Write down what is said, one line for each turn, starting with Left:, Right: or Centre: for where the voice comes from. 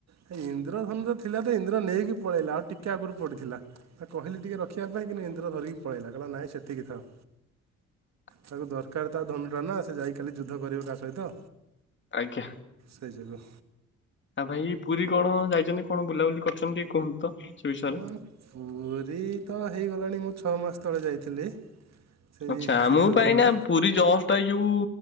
Right: ହେ ଇନ୍ଦ୍ରଧନୁ ଟା ଥିଲା ଯେ ଇନ୍ଦ୍ର ନେଇକି ପଳେଇଲା ଆଉ ଟିକେ ଆଗରୁ ପଡିଥିଲା। ଆ, କହିଲି ଟିକେ ରଖିବା ପାଇଁ ନେ ଇନ୍ଦ୍ର ଧରିକି ପଳେଇଲା କହିଲା ନାଇଁ ସେତିକି ଥାଉ।
Left: <inaudible>
Right: ତାକୁ ଦରକାର ତା ଧନୁୁ ଟା ନା ସେ ଯାଇ କାଲି ଯୁଦ୍ଧ କରିବ କାହା ସହିତ।
Left: ଆଜ୍ଞା।
Right: ସେଇ ଜନ।
Left: ଆଉ ଭାଇ ପୁରୀ କଣ ଯାଇଚନ୍ତି? କଣ ବୁଲାବୁଲି କରିଚନ୍ତି ଟିକେ କୁହନ୍ତୁ ତ? ସେ ବିଷୟରେ।
Right: ହଁ ପୁରୀ ତ ହେଇଗଲାଣି ମୁଁ ଛଅ ମାସ ତଳେ ଯାଇଥିଲି। ସେଇ
Left: ଆଚ୍ଛା
Right: ଶୀତ
Left: ମୁଁ ପା
Right: ଦିନେ
Left: ଏଇନା ପୁରୀ ଜଷ୍ଟ ଏଇ ଯୋଉ